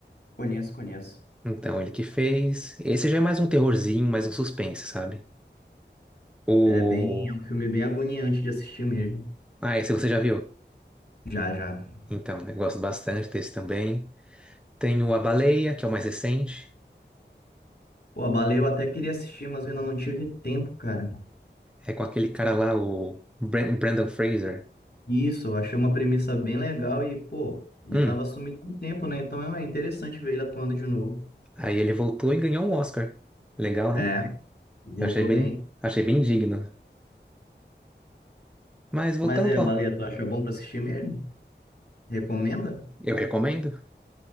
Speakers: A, on the left; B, in the centre.
A: Conheço, conheço.
B: Então, ele que fez. Esse já é mais um terrorzinho, mais um suspense, sabe? O.
A: É bem, é um filme bem agoniante de assistir mesmo.
B: Ah, esse você já viu?
A: Já, já.
B: Então, eu gosto bastante desse também. Tem o A Baleia, que é o mais recente.
A: Pô, a Baleia eu até queria assistir, mas eu ainda não tive tempo, cara.
B: É com aquele cara lá, o Bran- Brandon Fraser.
A: Isso, eu achei uma premissa bem legal e, pô, ele
B: Hum.
A: tava sumido há um tempo, né? Então é interessante ver ele atuando de novo.
B: Aí ele voltou e ganhou um Oscar. Legal,
A: É,
B: né?
A: voltou
B: Eu achei bem,
A: bem.
B: achei bem digno. Mas voltando
A: Mas é, a
B: ao.
A: Baleia, tu acha bom pra assistir mesmo? Recomenda?
B: Eu recomendo.